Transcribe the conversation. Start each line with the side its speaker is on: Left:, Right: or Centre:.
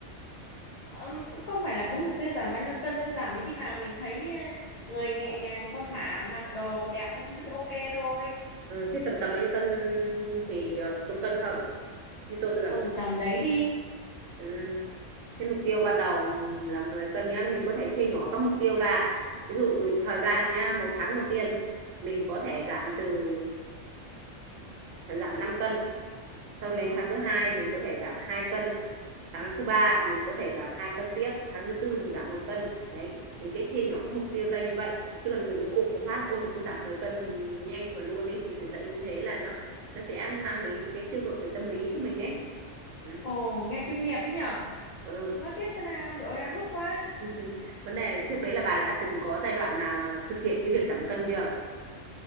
Left: Ừm, cũng không phải là có mục tiêu giảm bao nhiêu cân thôi giảm đến khi nào mình thấy ờ, người nhẹ nhàng thon thả mặc đồ đẹp các thứ thì ok thôi
Right: Ừ. Thế tầm tầm bao nhiêu cân thì được? Chục cân không? Như tôi tôi giảm
Left: ừ
Right: chục.
Left: tầm đấy đi
Right: Ừ. Thế mục tiêu ban đầu là 10 cân nhá, mình có thể chia nhỏ các mục tiêu ra. Ví dụ thời gian nhá, một tháng đầu tiên mình có thể giảm từ ừ, giảm 5 cân. Sau đến tháng thứ hai mình có thể giảm 2 cân. Tháng thứ ba mình có thể giảm 2 cân tiếp, tháng thứ tư mình giảm một cân. Đấy, mình sẽ chia nhỏ các mục tiêu ra như vậy. Chứ còn đừng ộp một phát ôi tôi muốn giảm 10 cân nhanh và luôn ấy thì thực dậy như thế là nó nó sẽ mang đến những cái tiêu cực về tâm lý cho mình ấy. Ừ.
Left: ồ nghe chuyên nghiệp ấy nhở
Right: Ừ.
Left: nói tiếp xem nào trời ơi háo hức quá
Right: <laughs> vấn đề là trước đấy là bà đã từng có giai đoạn nào mà thực hiện cái việc giảm cân chưa